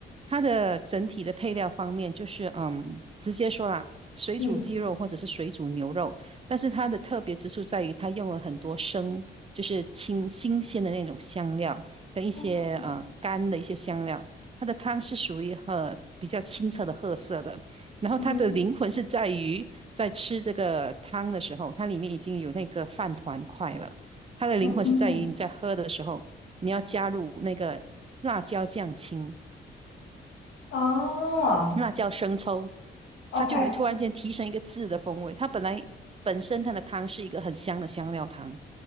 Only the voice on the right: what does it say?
它的整体的配料方面就是，嗯，直接说啦，水煮鸡肉或者是水煮牛肉，
但是它的特别之处在于它用了很多生，就是清新鲜的那种香料跟一些呃干的一些香料，
它的汤是属于呃比较清澈的褐色的，然后它的灵魂是在于在吃这个汤的时候，
它里面已经有那个饭团块了。它的灵魂是在于你在喝的时候，
你要加入那个辣椒酱青、
辣椒生抽，
它就会突然间提升一个字的风味。它本来本身它的汤是一个很香的香料汤，